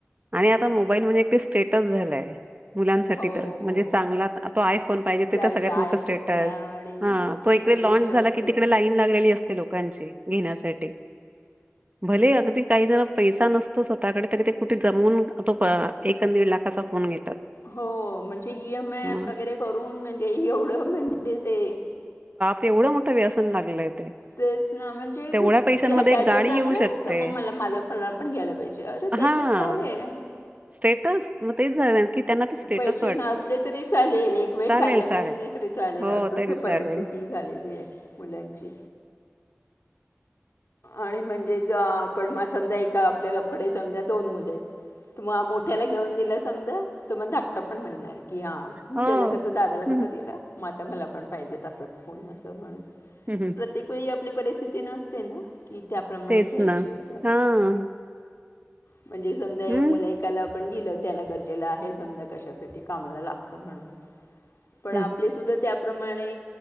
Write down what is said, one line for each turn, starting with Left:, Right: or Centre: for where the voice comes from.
Right: आणि आता मोबाईल म्हणजे ते एक स्टेटस झालंय. मुलांसाठी
Left: हो
Right: तर म्हणजे
Left: हो
Right: चांगला तो आयफोन पाहिजे ते
Left: त्याचा
Right: तर सगळ्यात
Left: आयफोन
Right: मोठा स्टेटस
Left: घ्या आणि
Right: हां तो एक
Left: म्हणजे
Right: तिकडे लाँच
Left: याच्यावरतीच
Right: झाला की तिकडे लाईन लागलेली अस ते लोकांची घेण्यासाठी भलेही अगदी काही जण पैसा नस तो स्वतःकडे तरी ते कुठे जमवून तो एक दीड लाखाचा फोन घेतात.
Left: हो म्हणजे ई एम आय
Right: मग
Left: वगैरे करून म्हणजे एवढं म्हणजे ते
Right: तेवढं मोठं व्यसन लागलंय. ते
Left: तेच ना म्हणजे
Right: तेवढ्या पैशांमध्ये
Left: त्याच
Right: एक गाडी
Left: चांगलंय
Right: येऊ शकते.
Left: तर मग मला माझा माला पण घ्या यला पाहिजे अरे त्याच्यात
Right: हा
Left: काय आहे?
Right: स्टेटस मग तेच झालं की. त्यांना ते स्टेटस
Left: पैसे
Right: वाटतं.
Left: नसले तरी चालेल एक वेळ
Right: चालेल
Left: खायला
Right: चालेल
Left: मिळाले नाही तरी चालेल
Right: हो
Left: असच
Right: तरी चालेल.
Left: परिस्थिती झालेली आहे मुलांची. आणि म्हणजे आपण म समजा एका आपल्याकडे समजा दोन मुले आहेत. तुम्हा मोठ्याला घेऊन दिलं समजा, तो मग धाकटा पण म्हणणार की हां
Right: हो.
Left: त्याला कसं दादाला
Right: हं,
Left: कस दिलं? मग आता मला पण पाहिजे तसंच फोन असं म्हणत
Right: हं,
Left: प्रत्येक वेळी आपली परिस्थिती नसते ना? की त्याप्रमाणे
Right: तेच
Left: घ्यायची
Right: ना.
Left: असं.
Right: हां.
Left: म्हणजे समजा हे
Right: हं,
Left: मुलं एकाला आपण दिलं त्याला गरजेला आहे समजा कशासाठी कामाला लागत म्हणून. पण
Right: हं,
Left: आपले सुद्धा त्या त्या प्रमाणे